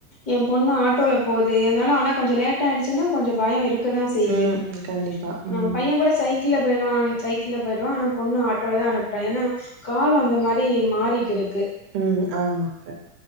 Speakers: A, on the left; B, on the right.
A: எ பொண்ணு ஆட்டோல போது இருந்தாலு ஆனா கொஞ்சோ லேட் ஆயிடுச்சுன்னா கொஞ்சோ பயோ இரு க்கதா செய்து
B: ம் ம், கண்டிப்பா
A: அ
B: ம்
A: பைய கூட சைக் கிள்ல போயிருவா சைக்கிள்ல போயிடுவா ஆனா பொண்ணு ஆட்டோலதா அனுப்றே ஏனா காலோ அந்த மாரி மாறீட்டிருக்கு
B: ம் ஆமாங்க